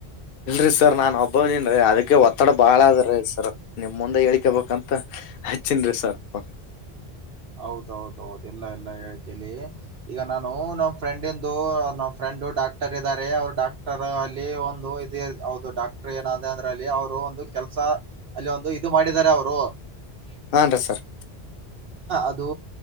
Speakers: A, on the left; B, on the right.
A: ಇಲ್ರರಿ ಸರ್ ನಾನ್ ಒಬ್ಬನ್ರರಿ ಅದಕ್ಕೆ ಒತ್ತಡ ಬಾಳ ಅದ್ರೀ ಸರ್ ನಿಮ್ ಮುಂದೆ ಹೇಳ್ಕೇ ಬೇಕಂತ ಹಚ್ಚಿನ್ ರಿ ಸರ್ಪ್ಪ <unintelligible>
B: ಹೌದೌದ ಹೌದು ಇಲ್ಲ ಎಲ್ಲ ಹೇಳ್ತೀನಿ ಈಗ ನಾನು ನಮ್ಮ ಫ್ರೆಂಡ್ಂದು ನಮ್ಮ ಫ್ರ್ <unintelligible> ಅಲ್ಲಿಯೂ ಡಾಕ್ಟರ್ ಇದಾರೆ ಅವರು ಡಾಕ್ಟರ್ ಅಲ್ಲಿ ಒಂದು ಇದ ಒವರದು ಡಾಕ್ಟರ್ ಏನ ಅಂದ್ರ ಅಲ್ಲಿ ಅವರು <unintelligible> ಕೆಲಸಾ ಅಲ್ಲಿ ಒಂದು ಇದು ಮಾಡಿದ್ದಾರೆ ಅವರು <unintelligible>
A: ಹಾಂ ರೀ ಸರ್
B: ಅದು